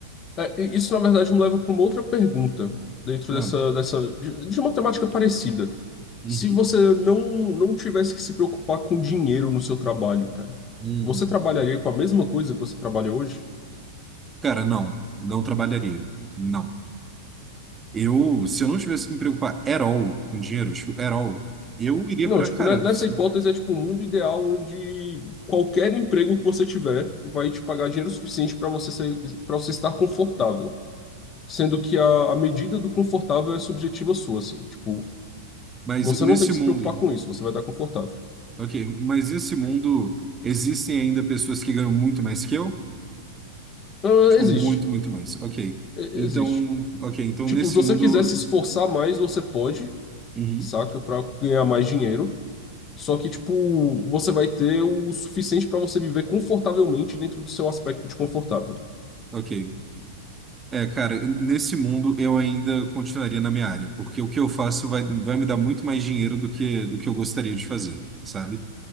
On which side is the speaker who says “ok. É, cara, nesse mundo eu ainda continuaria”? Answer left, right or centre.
Right